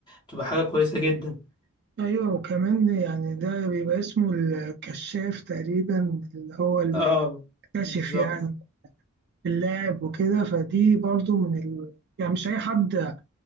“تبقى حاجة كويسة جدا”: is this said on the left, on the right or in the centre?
Left